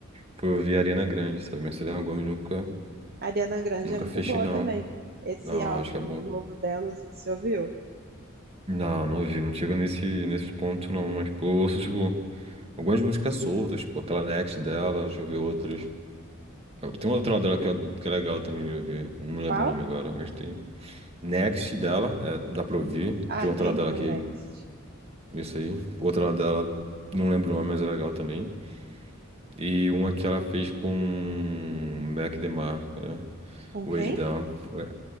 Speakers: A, on the right (about 30°); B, on the right (about 50°).
A: foi ouvir Ariana Grande, sabe? Mas Selena Gomez nunca,
B: A Ariana Grande
A: nunca
B: é muito
A: fechei,
B: boa
A: não.
B: também. Esse
A: Não,
B: álbum
A: acho que é bom.
B: novo delas, você ouviu?
A: Não, não ouvi. Não chego nesse, nesse ponto, não. Mas, tipo, eu ouço, tipo, algumas músicas soltas, tipo, aquela Next dela, deixa eu ver outras. Tem uma outra dela que é, que é legal também de ouvir. Não lembro
B: Qual?
A: o nome agora, mas tem. Next dela, é, dá pra ouvir. Tem
B: Ah,
A: outra
B: Thank
A: dela
B: You
A: que.
B: Next.
A: Isso aí. Outra dela, não lembro o nome, mas é legal também. E uma que ela fez com o Mac DeMarco, né?
B: Com
A: O
B: quem?
A: ex dela. Ué,